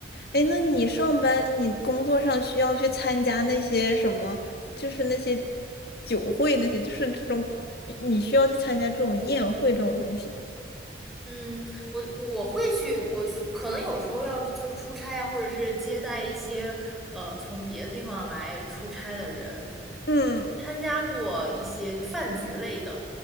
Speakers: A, on the left (about 60°); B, in the centre.
A: 哎，那你上班，你工作上需要去参加那些什么，就是那些酒会那些，就是这种，你需要去参加这种宴会这种东西吗？
B: 嗯，我我会去，我去可能有时候要就是出差啊，或者是接待一些呃从别的地方来出差的人，
A: 嗯，
B: 可参加过一些就饭局类的，